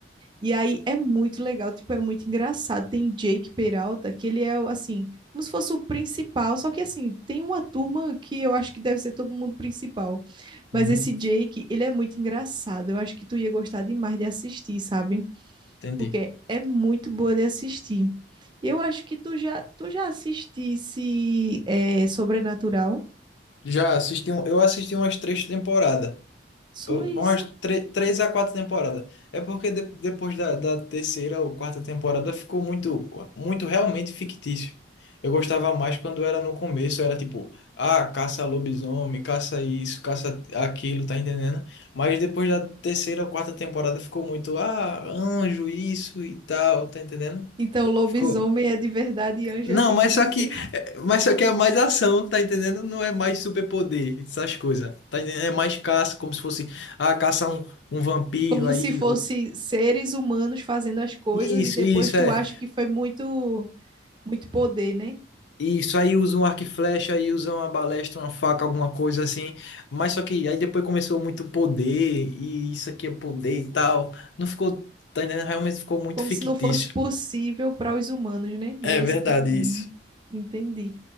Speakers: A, on the right; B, on the left.
A: E aí é muito legal, tipo, é muito engraçado. Tem Jake Peralta, que ele é, o, assim, como se fosse o principal, só que, assim, tem uma turma que eu acho que deve ser todo mundo principal.
B: Uhum,
A: Mas esse Jake, ele é muito engraçado. Eu acho que tu ia gostar demais de assistir, sabe?
B: entendi.
A: Porque é muito boa de assistir. Eu acho que tu já, tu já assistisse é, Sobrenatural?
B: Já assisti, um- eu assisti umas três temporadas.
A: Sou
B: Uh,
A: isso.
B: Umas tre- três a quatro temporadas. É porque de- depois da, da terceira ou quarta temporada ficou muito, muito realmente fictício. Eu gostava mais quando era no começo, era tipo, ah, caça lobisomem, caça isso, caça aquilo, tá entendendo? Mas depois da terceira ou quarta temporada ficou muito, ah, anjo, isso e tal, tá entendendo?
A: Então, lobisomem
B: Ficou.
A: é de verdade e anjo
B: Não,
A: é fictício.
B: mas só que, é, mas só que é mais ação, tá entendendo? Não é mais superpoder, essas coisas. Tá entendendo? É mais caça, como se fosse, ah, caçar um, um vampiro,
A: Como
B: aí.
A: se fosse
B: o-
A: seres humanos fazendo as coisas
B: Isso,
A: e depois
B: isso,
A: tu
B: é.
A: acha que foi muito, muito poder, né?
B: Isso, aí usa um arco e flecha, aí usa uma balestra, uma faca, alguma coisa assim. Mas só que aí depois começou muito poder, e isso aqui é poder e tal. Não ficou, tá entendendo? Realmente ficou muito
A: Como
B: fictício.
A: se não fosse possível para os humanos, né?
B: É
A: Não é
B: verdade
A: isso que tá dizendo,
B: isso.
A: né? Entendi.